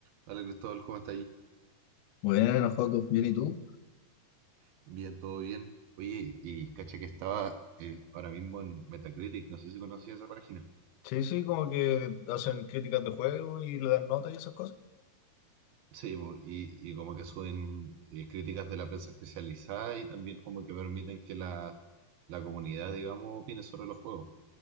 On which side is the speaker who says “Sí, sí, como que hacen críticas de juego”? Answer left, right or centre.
Left